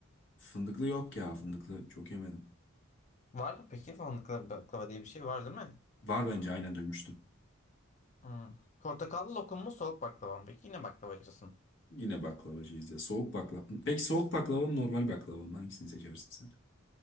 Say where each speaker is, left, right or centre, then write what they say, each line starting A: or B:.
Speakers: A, on the left; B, on the left.
A: Fındıklı yok ya fındıklı. Çok yemedim.
B: Var mı peki fındıklı baklava diye bir şey var değil mi?
A: Var bence aynen duymuştum.
B: Hmm. Portakallı lokum mu soğuk baklava mı? Peki yine baklavacısın.
A: Yine baklavacıyız ya. Soğuk baklava. Peki soğuk baklava mı normal baklava mı? Hangisini seçersin sen?